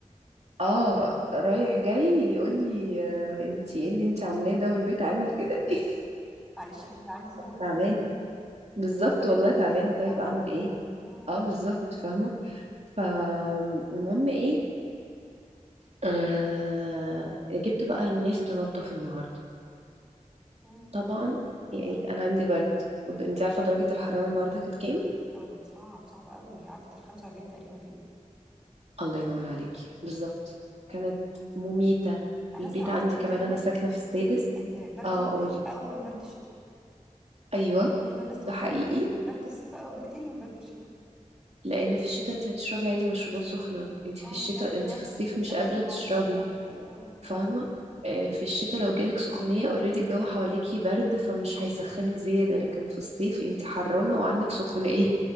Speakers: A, on the right (about 55°); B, in the centre.
A: اه رايح جاي يقول لي آه، انتي ايه اللي انتي عاملاه ده والبيت عامل كده ليه <laughs>
B: معلش يا حبيبي عندي ظروف
A: تعبانه بالظبط
B: ما انت هتعملي
A: والله تعبانه
B: ايه غصب
A: طيب
B: عنك
A: اعمل ايه
B: اه
A: اه بالظبط فاهمه فالمهم ايه آه جبت بقى الناس تنظف النهارده
B: امم
A: طبعا يعني انا عندي برد وض- انتي عارفه درجه الحراره النهارده كانت كام
B: الجو كان صعب صعب قوي عدت ال 45 تقريبا بيقولوا
A: الله ينور عليكي بالظبط كانت مميته
B: انا
A: البيت
B: اسمع
A: عندي
B: اصلا
A: كمان
B: دايما
A: انا ساكنه في السادس
B: ان برد
A: اه
B: الصيف
A: قولي
B: اقوى من برد الشتاء
A: ايوه
B: دايما الناس تقول
A: ده
B: المقولة
A: حقيقي
B: دي برد الصيف اقوى بكتير من برد الشتاء
A: لان في الشتاء انت هتشربي عادي مشروبات سخنه انت في
B: اه
A: الشتاء
B: هتهدي
A: انت
B: نفسك
A: في الصيف
B: هتتدفي
A: مش قادره
B: شوية
A: تشربي
B: مش عارفة ايه اه
A: فاهمه آه، في الشتاء لو جالك سخونيه اوريدي الجو حواليكي برد فمش هيسخنك زياده لكن في الصيف انت حرانه وعندك سخونيه